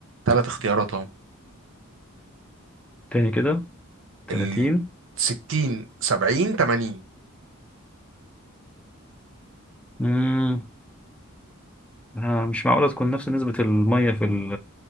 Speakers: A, on the right (about 60°); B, in the centre.
A: ثلاث اختيارات
B: تاني كده
A: ال
B: 30
A: 60 70 80
B: مم. ها- مش معقولة تكون نفس نسبة المية في ال